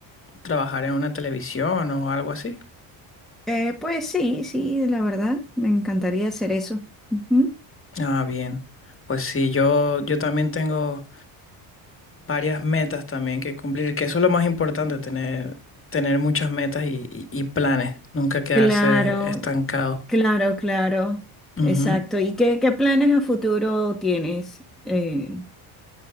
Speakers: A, on the left; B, in the centre.
A: trabajar en una televisión o algo así?
B: Eh, pues sí, sí, la verdad, me encantaría hacer eso. Ujú.
A: Ah, bien. Pues sí, yo, yo también tengo varias metas también que cumplir, que eso es lo más importante, tener, tener muchas metas y, y- y planes, nunca quedarse
B: Claro,
A: estancado.
B: claro, claro.
A: Ujú.
B: Exacto. ¿Y qué, qué planes a futuro tienes? Eh,